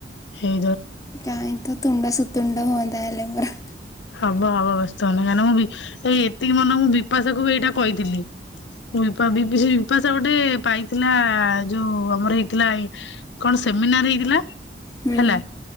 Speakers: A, on the left (about 80°); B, on the left (about 20°).
A: ହେ
B: କାଇଁ ତୋ ତୁଣ୍ଡ ସୁତୁଣ୍ଡ ହୁଅନ୍ତା ହେଲେ ମୋର।
A: ହବ ହବ ବ୍ୟସ୍ତ ହନା କାହିଁକି ନା ମୁଁ ଏଇ ଏତିକି ମନ ମୁଁ ବିପାସାକୁ ବି ଏଇଟା କହିଥିଲି। ମୁଁ ବି ବିବିସି ବିପାସା ଗୋଟେ ପାଇଥିଲା ଯୋଉ ଆମର ହେଇଥିଲା କଣ ସେ ସେମିନାର ହେଇଥିଲା।
B: ହୁଁ
A: ହେଲା